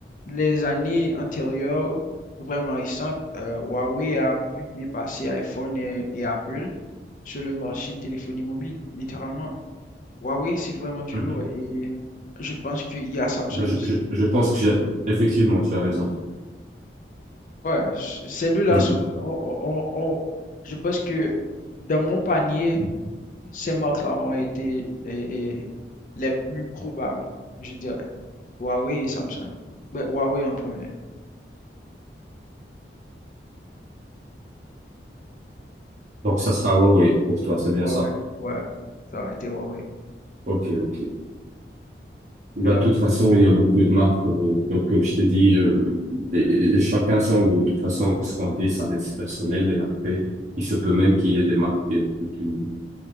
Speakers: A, on the left (about 45°); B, on the right (about 40°).
A: les années antérieures, vraiment récentes, euh, Huawei a pu dépasser iPhone et, et Apple sur le marché de téléphonie mobile, littéralement. Huawei, c'est vraiment du
B: Mhm.
A: lourd. Et je pense qu'il y a Samsung
B: Ben, je,
A: aussi.
B: je, je pense que j'ai- effectivement, tu as raison.
A: Ouais, c- ces deux-là,
B: Mhm.
A: sont- on- on- on- on- je pense que dans mon panier, Ces marques-là ont été eh, eh, les plus probables, je dirais. Huawei et Samsung. Ouais, Huawei en premier.
B: Donc, ça sera Huawei pour toi, c'est bien
A: Huawei,
B: ça.
A: ouais, ça a été Huawei.
B: Ok, ok.
A: Bien.
B: Bah, de toute façon, il y a beaucoup de marques, euh, comme, comme je t'ai dit, euh, et, et chacun son goût. De toute façon, ce qu'on dit, ça reste personnel et après, il se peut même qu'il y ait des marques qui,